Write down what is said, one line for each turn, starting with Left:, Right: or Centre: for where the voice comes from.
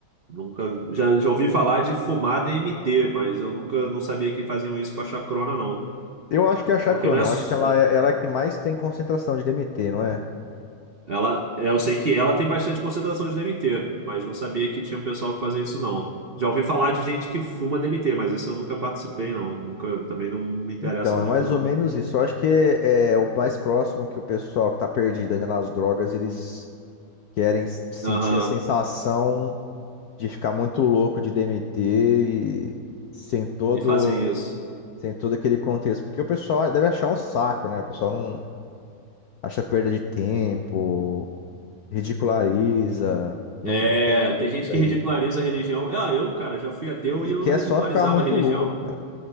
Right: nunca. Já, já ouvi falar de fumar DMT, mas eu nunca não sabia que faziam isso com a chacrona, não.
Left: Eu acho que é a chacrona,
Right: Porque não é.
Left: eu
Right: só-
Left: acho que ela é, ela é a que mais tem concentração de DMT, não é?
Right: Ela, é, eu sei que ela tem bastante concentração de DMT, mas não sabia que tinha um pessoal que fazia isso, não. Já ouvi falar de gente que fuma DMT, mas isso eu nunca participei, não. Nunca, também não me interessa
Left: Então,
Right: muito,
Left: é mais
Right: não.
Left: ou menos isso. Eu acho que é, é o mais próximo que o pessoal que está perdido ainda nas drogas, eles querem s- sentir
Right: Aham,
Left: a sensação de ficar muito louco de DMT e sem todo,
Right: e fazem isso.
Left: sem todo aquele contexto. Porque o pessoal deve achar um saco, né? O pessoal não acha perda de tempo, ridiculariza, não,
Right: É,
Left: não respeita
Right: tem gente que ridiculariza
Left: e,
Right: a religião. Ah, eu, cara, já fui ateu
Left: e
Right: e eu
Left: quer
Right: ridicularizava
Left: só ficar muito
Right: a religião.
Left: louco.